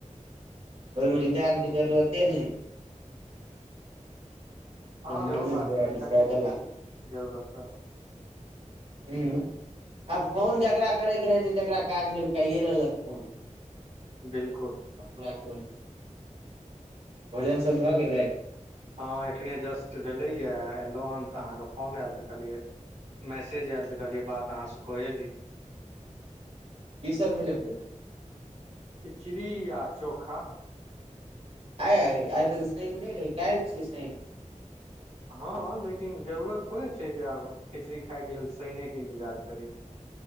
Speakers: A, on the right; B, on the right.
A: ओहिमे रिचार्जके
B: अहाँके
A: जरूरते ने। ना
B: हँ सेहो
A: मने
B: बात
A: भड़ लख
B: की
A: देला।
B: जरूरत रह
A: हूँ आब फोन जकरा करयके रहै छै, जकरा काज भेल कइयए लेलक फोन।
B: बिलकुल
A: को <unintelligible> भोजन सब भए गेलै?
B: हाँ, एखने जस्ट भेलैयए एलहु हेन तऽ अहाँके फोन आयल तऽ कहलियै मैसेज आयल तऽ कहलियै बात अहाँ सु क एली
A: की सब भेलै, भोजन?
B: खिचड़ी आ चोखा।
A: आय -आय तऽ शैन नै रहै कैल्ह छियै शैन?
B: हँ, लेकिन जरूरत थोड़े छै, जे आब खिचड़ी खायके लेल शइनेके इन्तजार करी।